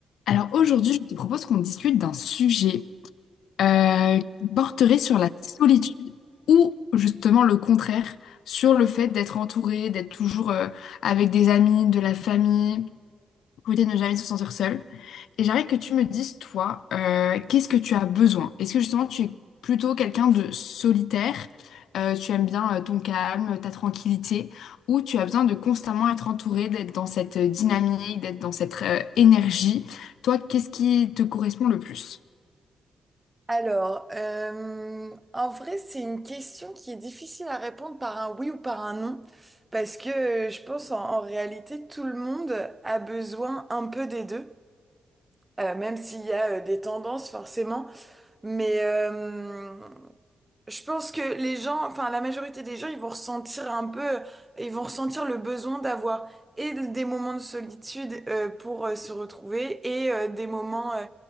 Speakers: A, on the left; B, on the right.
A: Alors aujourd'hui, je te propose qu'on discute d'un sujet euh, qui porterait sur la solitude ou justement le contraire, sur le fait d'être entouré, d'être toujours euh, avec des amis, de la famille, pour éviter de ne jamais se sentir seul. Et j'aimerais que tu me dises, toi, euh, qu'est-ce que tu as besoin? Est-ce que justement tu es plutôt quelqu'un de solitaire, euh, tu aimes bien euh, ton calme, ta tranquillité, ou tu as besoin de constamment être entouré, d'être dans cette euh, dynamique, d'être dans cette euh, énergie? Toi, qu'est-ce qui te correspond le plus?
B: Alors, euh, en vrai, c'est une question qui est difficile à répondre par un oui ou par un non, parce que euh, je pense en, en réalité, tout le monde a besoin un peu des deux, euh, même s'il y a euh, des tendances forcément. Mais euh, je pense que les gens, enfin la majorité des gens, ils vont ressentir un peu, ils vont ressentir le besoin d'avoir et des moments de solitude euh, pour euh, se retrouver et euh, des moments, euh,